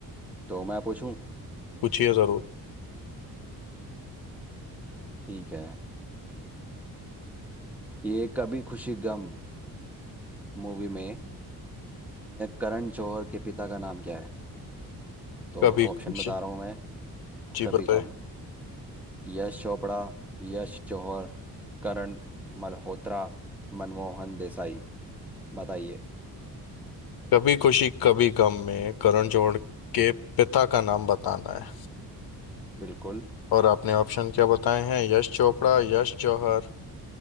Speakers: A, in the centre; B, on the left.
A: तो मैं पूछूं
B: पूछिए जरूर
A: ठीक है ये कभी खुशी गम मूवी में अ, करण जौहर के पिता का नाम क्या है तो
B: कभी खुशी
A: ऑप्शन बता रहा हूँ मैं
B: जी
A: कभी
B: बताए
A: गम यश चोपड़ा यश जौहर करण मल्होत्रा मनमोहन देसाई बताइए
B: कभी खुशी कभी गम में करण जौहर के पिता का नाम बताना है
A: बिल्कुल
B: और आपने ऑप्शन क्या बताए हैं यश चोपड़ा यश जौहर